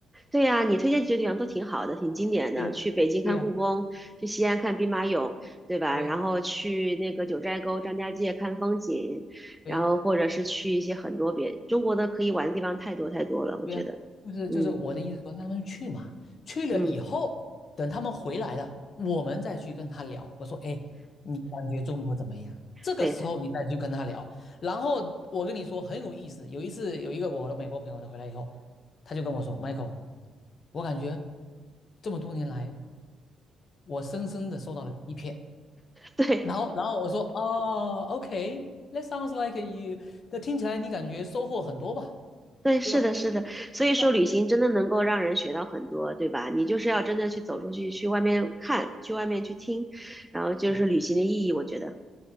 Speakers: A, in the centre; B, on the left (about 50°).
A: 对呀，你推荐几个地方都挺好的，挺经典的。
B: 对呀，
A: 去北京看故宫，
B: 对呀，
A: 去西安看兵马俑，对吧？
B: 对呀，
A: 然后去那个九寨沟、张家界看风景，
B: 对呀。
A: 然后或者是去一些很多别中国的可以玩的地方太多太多了，我觉得。
B: 对呀，就是就是我的意思说，
A: 嗯
B: 让他们去嘛，去了以后，
A: 嗯，
B: 等他们回来了，我们再去跟他聊。我说，哎，你感觉中国怎么样？这个时候你再去跟他聊。
A: 对，
B: 然后我跟你说很有意思，有一次有一个我的美国朋友，他回来以后，他就跟我说，Michael，我感觉这么多年来，我深深的受到了欺骗。
A: <laughs> 对
B: 然后然后我说，哦，OK，that sounds like you，那听起来你感觉收获很多吧，
A: 对，是的，
B: 对吧？
A: 是的，所以说旅行真的能够让人学到很多，
B: 对吧？
A: 对吧？你就是要真的去走出去，去外面看，去外面去听，然后就是旅行的意义，
B: 对
A: 我觉得，